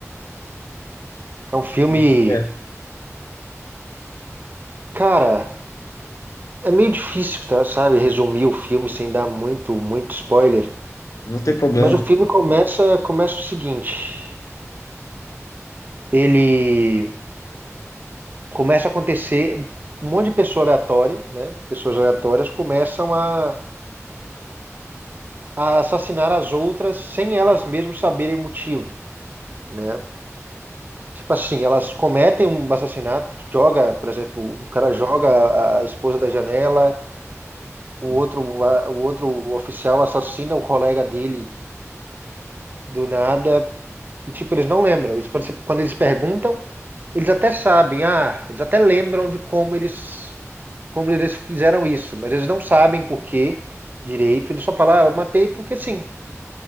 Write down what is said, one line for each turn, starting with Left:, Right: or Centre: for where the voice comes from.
Right: É um filme.
Left: Sobre o que que é?
Right: Cara, é meio difícil, tá, sabe, resumir o filme sem dar muito, muito spoiler.
Left: Não tem problema.
Right: Mas o filme começa, começa o seguinte: ele começa a acontecer. Um monte de pessoa aleatória, né? Pessoas aleatórias começam a, a assassinar as outras sem elas mesmas saberem o motivo, né? Tipo assim, elas cometem um assassinato, joga, por exemplo, o cara joga a- a esposa da janela, o
Left: Que
Right: outro, a- o outro oficial assassina o colega dele do nada. E, tipo, eles não lembram. Eles- Quando, se- quando eles perguntam, eles até sabem, ah, eles até lembram de como eles, como eles fizeram isso, mas eles não sabem por quê direito. Eles só falam, ah, eu matei porque sim.